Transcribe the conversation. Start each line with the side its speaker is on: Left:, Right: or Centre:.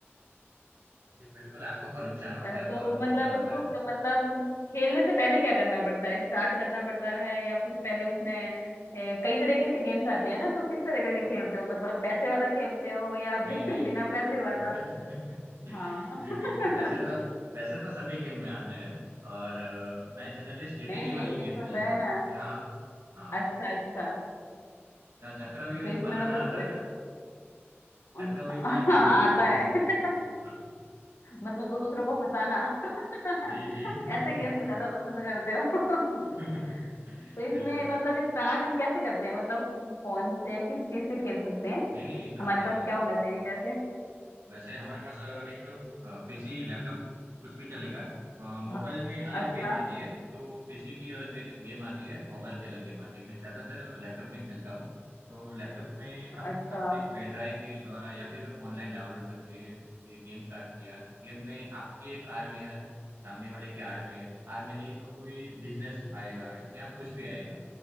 Right: जी बिल्कुल आंखों को नुकसान होता
Left: अ,
Right: है
Left: तो
Right: बहुत
Left: मतलब
Right: नुकसान होता
Left: उसको
Right: है
Left: क- मतलब खेलने से पहले क्या करना पड़ता है स्टार्ट करना पड़ता है या कुछ पहले उसमें अ, कई तरीके से गेम्स आते हैं ना तो किस तरह का क्या
Right: हाँ
Left: खेलते हो मतलब पैसे वाला खेलते हो या बि,
Right: नहीं
Left: <laughs>
Right: नहीं
Left: बिना पैसे वाला
Right: नहीं। <laughs> जी
Left: हाँ <laughs>
Right: बिल्कुल पैसे तो पैसे तो सभी गेम में आते हैं और अ, मैं जनरली स्ट्रेटेजी
Left: नहीं
Right: वाली गेम
Left: एक
Right: खेलता
Left: होता
Right: हूँ
Left: है ना
Right: जहाँ हाँ
Left: अच्छा अच्छा
Right: जहाँ चक्रव्यूह
Left: तो
Right: जो
Left: इसमें
Right: बनाना
Left: मतलब
Right: आता
Left: स-
Right: है ना
Left: <laughs>
Right: चक्रव्यूह वाला गेम
Left: आता
Right: मुझे बहुत पसंद
Left: है
Right: है हाँ
Left: मतलब दूसरों
Right: जी
Left: को फंसाना <laughs>
Right: जी जी जी
Left: ऐसे गेम ज्यादा पसंद करते हो
Right: <laughs>
Left: <laughs> तो
Right: बिल्कुल
Left: इसमें मतलब स्टार्ट हम कैसे करते हैं मतलब फोन से या किस चीज से खेल सकते हैं
Right: नहीं नहीं हाँ
Left: हमारे
Right: हाँ
Left: पास क्या होना चाहिए जैसे
Right: वैसे हमारे पास अ, एक पीसी लैपटॉप कुछ भी चलेगा अ, मोबाइल
Left: ह-
Right: में अलग
Left: अच्छा
Right: गेम आती है तो पीसी की अलग गे, गेम आती है मोबाइल की अलग गेम आती है मैं ज़्यादातर लैपटॉप में खेलता हूँ तो लैपटॉप में आप
Left: अच्छा
Right: अपने पेन ड्राइव के द्वारा या फिर ऑनलाइन डाउनलोड करके ये गेम स्टार्ट किया गेम में आपकी एक आर में है सामने वाले की आर में है आर में नहीं तो कोई बिजनेस आएगा या कुछ भी आएगा